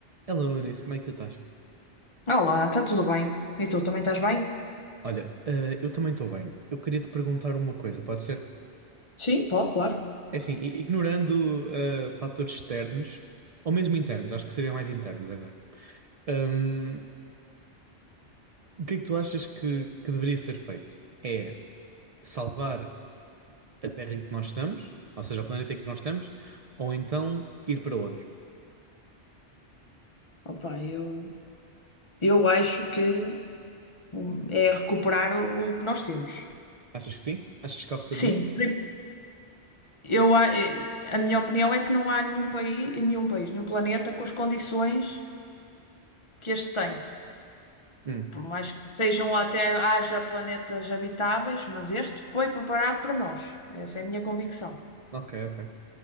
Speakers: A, on the right; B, on the left.
A: Hello, Eunice, como é que tu estás?
B: Olá, está tudo bem? E tu também estás bem?
A: Olha, eh, eu também estou bem. Eu queria te perguntar uma coisa, pode ser?
B: Sim, pode, claro.
A: É assim, i- ignorando eh, fatores externos, ou mesmo internos, acho que seriam mais internos agora. Ahm, o que é que tu achas que, que deveria ser feito? É salvar a Terra em que nós estamos, ou seja, o planeta em que nós estamos, ou então ir para outro?
B: Opa, eu, eu acho que Hum, É recuperar o, o que nós temos.
A: Achas que sim? Achas que há futuro
B: Sim,
A: nisso?
B: pri- eu, a eh, a minha opinião é que não há nenhum país, nenhum país, nenhum planeta com as condições que este tem.
A: Hum,
B: Por mais que sejam até haja planetas habitáveis, mas este foi preparado para nós. Essa é a minha convicção.
A: ok, ok.